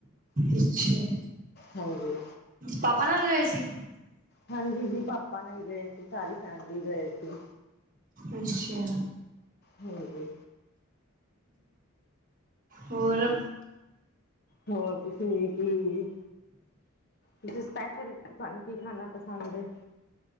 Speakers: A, on the right (about 40°); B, on the left (about 45°).
A: ਅੱਛਾ
B: ਹਾਂਜੀ
A: ਪਾਪਾ ਨਾਲ ਗਏ ਸੀ
B: ਹਾਂਜੀ ਜੀ ਪਾਪਾ ਨਾਲ ਗਏ ਸੀ ਸਾਰੀ ਫੈਮਿਲੀ ਗਏ ਸੀ।
A: ਅੱਛਾ।
B: ਹੋਰ ਦੇ
A: ਹੋਰ
B: ਹੋਰ ਤੁਸੀ ਕੀ ਤੁਸੀਂ ਸਪੈਸ਼ਲ ਤਾਨੂੰ ਕੀ ਖਾਣਾ ਪਸੰਦ ਏ?